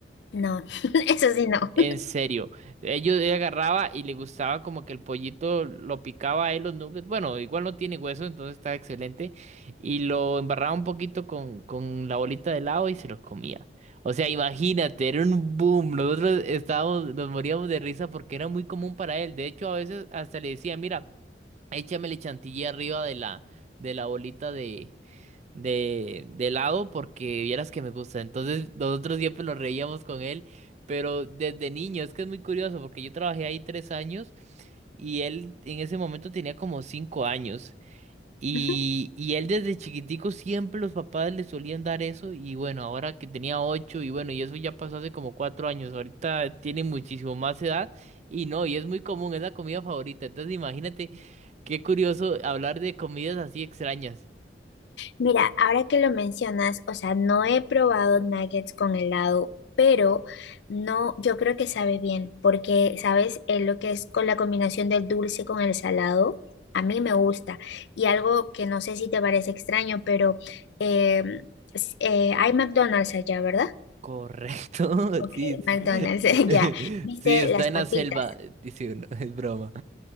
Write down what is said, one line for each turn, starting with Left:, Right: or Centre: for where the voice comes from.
Left: No, <laughs> eso sí no.
Right: En serio, ellos yo agarraba y le gustaba como que el pollito lo picaba a él los nuggets. Bueno, igual no tiene hueso, entonces está excelente. Y lo embarraba un poquito con, con la bolita de helado y se los comía. O sea, imagínate, era un boom. Nosotros estábamos, nos moríamos de risa porque era muy común para él. De hecho, a veces hasta le decía, mira, échamele chantilly arriba de la, de la bolita de, de, de lado porque vieras que me gusta. Entonces nosotros siempre nos reíamos con él, pero desde niño, es que es muy curioso porque yo trabajé ahí tres años y él en ese momento tenía como cinco años. Y,
Left: Ujú.
Right: y él desde chiquitico siempre los papás le solían dar eso y bueno, ahora que tenía ocho y bueno, y eso ya pasó hace como cuatro años, ahorita tiene muchísimo más edad y no, y es muy común, es la comida favorita, entonces imagínate qué curioso hablar de comidas así extrañas.
Left: Mira, ahora que lo mencionas, o sea, no he probado nuggets con helado, pero no, yo creo que sabe bien, porque, ¿sabes? Eh, lo que es con la combinación del dulce con el salado, a mí me gusta. Y algo que no sé si te parece extraño, pero em, s- eh, hay McDonald's allá, ¿verdad?
Right: Correcto,
Left: Ok,
Right: <laughs> sí, sí.
Left: McDonald's, <laughs>
Right: <laughs>
Left: ya. ¿Viste
Right: Sí, está
Left: las
Right: en
Left: papitas?
Right: la selva, dice uno, es broma.